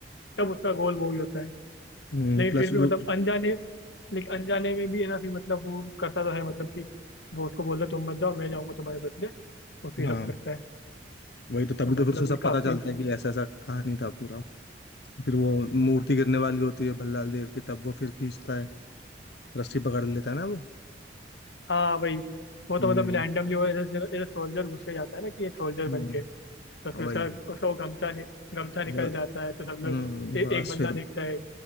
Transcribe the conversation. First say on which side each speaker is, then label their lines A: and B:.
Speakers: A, on the left; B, on the left.
A: तब उसका गोल वो ही होता है
B: हम्म
A: लेकिन
B: प्लस
A: फिर भी मतलब
B: जो
A: अनजाने लेकिन अनजाने में भी है ना फिर मतलब वो करता तो है मतलब कि वो उसको बोलता है, तुम मत जाओ मैं जाऊंगा तुम्हारे बदले वो फिर
B: हाँ
A: सब करता है
B: वही तो तभी
A: तो
B: तो
A: मतलब
B: फिर उसको सब
A: ये काफी
B: पता चलता है कि ऐसा ऐसा कहानी था पूरा फिर वो मूर्ति गिरने वाली होती है भल्लाल देव की तब वो फिर खींचता है रस्सी पकड़ लेता है ना वो
A: हाँ वही वो
B: हम्म
A: तो मतलब रैंडमली वो ऐसे सोल्जर घुस के जाता है ना कि ये सोल्जर
B: हम्म,
A: बन के तो फिर
B: वही
A: उसका उसका वो गमछा नि, गमछा निकल
B: बस
A: जाता है तो सब
B: हम्म
A: लोग ए,
B: बस
A: एक बंदा
B: फिर
A: देखता है